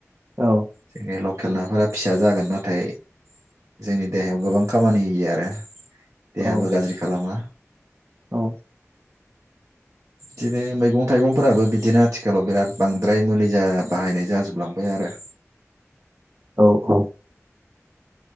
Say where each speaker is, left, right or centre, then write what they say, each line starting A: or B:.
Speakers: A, on the right; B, on the right.
A: औ
B: जोंनि लखेल नाफोरा फिसा जागोन नाथाय जोंनि देहायाव गोबां खामानि होयो आरो। देहाबो
A: औ
B: गाज्रि खालामा।
A: औ।
B: बिदिनो मैगं थाइगंफोराबो बिदिनो आथिखालाव बिराद बांद्राय मुलि जा बाहायनाय जाजोबलांबाय आरो।
A: औ औ।